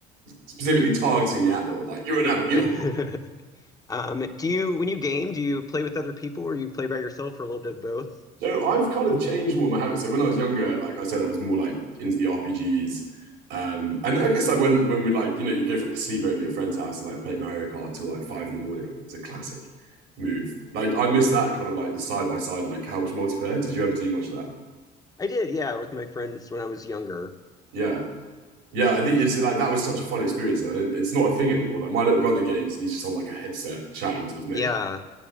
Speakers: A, on the right (about 85°); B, on the left (about 20°).
A: specifically targeting the adult. Like you're an adult, you're
B: <laughs>
A: not. <laughs>
B: Um, do you when you game, do you play with other people or you play by yourself or a little bit of both?
A: So I've kind of changed more of my habits. So when I was younger, like I said, I was more like into the RPGs, um, and I guess like when when we'd like you know you go for like a sleepover at your friend's house and like play Mario Kart till like five in the morning. It was a classic move. Like I miss that kind of like the side by side like couch multiplayer. Did you ever do much of that?
B: I did, yeah, with my friends when I was younger.
A: Yeah. Yeah, I think it's like that was such a fun experience. I don't- It's not a thing anymore. Like my little brother games, and he's just on like a headset chatting to his mate.
B: Yeah.